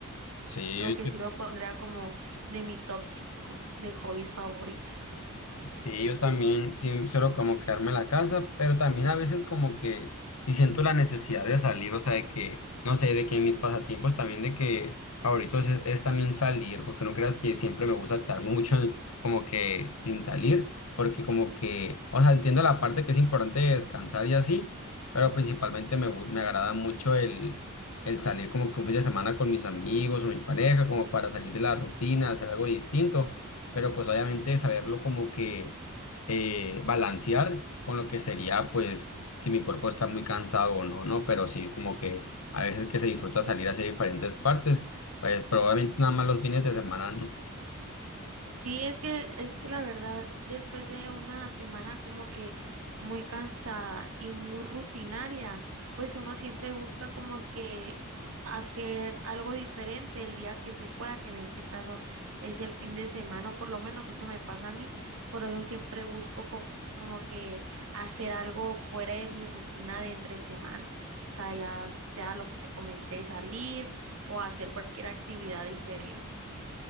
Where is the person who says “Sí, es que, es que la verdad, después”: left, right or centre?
Right